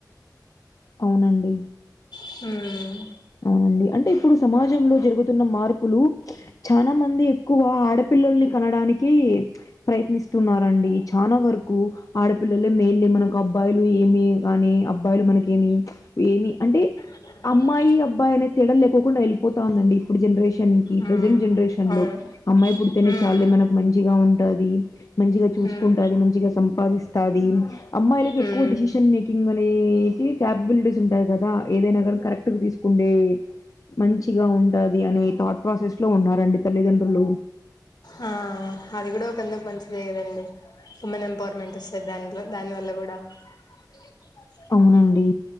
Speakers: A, on the left (about 50°); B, on the left (about 65°).
A: అవునండి
B: హమ్
A: అవునండి అంటే ఇప్పుడు సమాజంలో జరుగు న్న మార్పులు చాలా మంది ఎక్కువ ఆడపిల్లల్ని కనడానికి ప్రయత్నిస్తున్నారండి చాలా వరకు ఆడపిల్లలే మెయిన్లీ మనకు అబ్బాయిలు ఏమి కానీ అబ్బాయిలు మనకేమి ఏమి అంటే
B: ్
A: అమ్మాయి అబ్బాయి అనే తడలు లేకుండా వెళ్ళిపోతా ఉందండి ఇప్పుడు జనరేషన్ కి
B: ఉమ్
A: ప్రెజెంట్ జనరేషన్
B: అవును
A: లో అమ్మాయి పుడితేనే
B: ఉమ్
A: చాలులే మనకు మంచిగా ఉంటుది మంచిగా చూసుకుంటాది
B: ఉమ్
A: మంచిగా సంపాదిస్తది అమ్మాయిలకి ఎక్కువ
B: ఉమ్
A: డిసిషన్ మేకింగ్ గ్ అనేటి క్యాపబిలిటీస్ ఉంటాయి కదా ఏదైనా కానీ కరెక్ట్ తీసుకుండే మంచిగా ఉంటది అనే థాట్ ప్రాసెస్ లో ఉన్నారండి తల్లిదండ్రులు
B: ఆ అది కూడా ఒక ఎందుకు మంచిదే కదండి ఉమెన్ ఎంపవర్మెంట్ వస్తే దాంట్లో దాని వల్ల కూడా అ
A: అవునండి